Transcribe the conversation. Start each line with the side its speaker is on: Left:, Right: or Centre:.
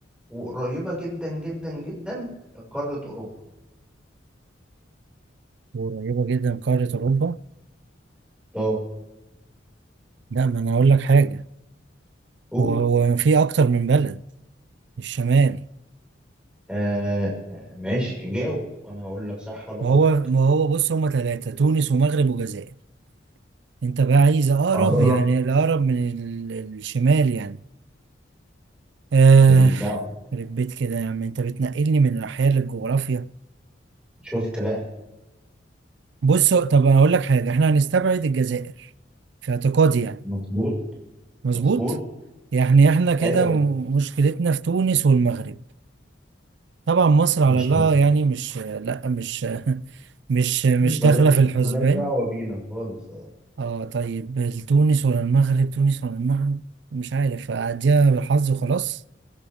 Centre: وقريبة جدا جدا جدا لقارة أوروبا
Right: قريبة جدا من قارة اوروبا
Centre: اه
Right: لا ما انا اقول لك حاجة
Centre: قول
Right: هو هو في اكتر من بلد الشمال
Centre: آه آه، ماشي جاوب وانا هقول لك صح ولا
Right: ما
Centre: غلط
Right: هو ما هو بص هما ثلاثة تونس ومغرب وجزائر انت بقى عايز اقرب
Centre: قربت
Right: يعني الاقرب من ال- الشمال يعني آه
Centre: ماليش دعوه
Right: خرب بيت كده يا عم انت بتنقلني من الأحياء للجغرافيا
Centre: شفت بقى
Right: بص طب أقول لك حاجة احنا هنستبعد الجزائر في اعتقادي يعني
Centre: مظبوط
Right: مظبوط
Centre: مظبوط
Right: يعني احنا كده
Centre: ايوه
Right: م- مشكلتنا في تونس والمغرب طبعا مصر على
Centre: مش
Right: الله يعني مش لا مش <laughs> مش مش
Centre: مالك
Right: داخلة في الحسبان
Centre: مالك دعوه بينا خالص آه.
Right: اه طيب تونس ولا المغرب تونس ولا المغرب مش عارف أديها بالحظ وخلاص